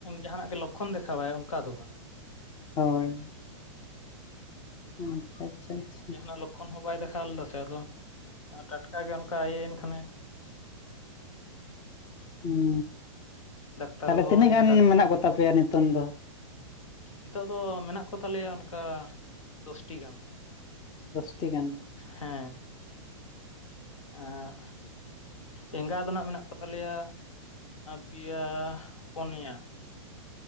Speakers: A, on the left; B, on the left.
A: ᱡᱟᱦᱟᱱᱟᱜ ᱜᱮ ᱞᱚᱠᱠᱷᱚᱱ ᱫᱮᱠᱷᱟᱣᱟᱭ ᱚᱱᱠᱟ ᱫᱚ ᱵᱟᱝ
B: ᱦᱳᱭ ᱟᱪᱪᱷᱟ ᱟᱪᱪᱷᱟ ᱟᱪᱪᱷᱟ
A: ᱡᱟᱦᱟᱱᱟᱜ ᱞᱚᱠᱠᱷᱚᱱ ᱦᱚᱸ ᱵᱟᱭ ᱫᱮᱠᱷᱟᱣ ᱞᱮᱫᱟ ᱥᱮ ᱟᱫᱚ ᱴᱟᱴᱠᱟᱜ ᱜᱮ ᱚᱱᱠᱟ ᱤᱭᱟᱹᱭᱮᱱ ᱠᱷᱟᱱᱮ
B: ᱦᱩᱸ
A: ᱰᱟᱠᱛᱟᱨ
B: ᱛᱟᱦᱚᱞᱮ
A: ᱦᱚᱦᱚᱭᱮᱱᱟ
B: ᱛᱤᱱᱟᱹᱜ ᱜᱟᱱ
A: ᱰᱟᱠᱛᱟᱨ
B: ᱢᱮᱱᱟᱜ ᱠᱚᱛᱟ ᱯᱮᱭᱟ ᱱᱤᱛᱚᱝ ᱫᱚ
A: ᱱᱤᱛᱚᱜ ᱫᱚ ᱢᱮᱱᱟᱜ ᱠᱚᱛᱟᱞᱮᱭᱟ ᱚᱱᱠᱟ ᱫᱚᱥᱴᱤ ᱜᱟᱱ
B: ᱫᱚᱥᱴᱤ ᱜᱟᱱ
A: ᱦᱮᱸ ᱮᱸᱜ ᱮᱸᱜᱟ ᱫᱚ ᱱᱟᱜ ᱢᱮᱱᱟᱜ ᱠᱚᱛᱟ ᱞᱮᱭᱟ ᱯᱮᱭᱟ ᱯᱚᱱᱭᱟ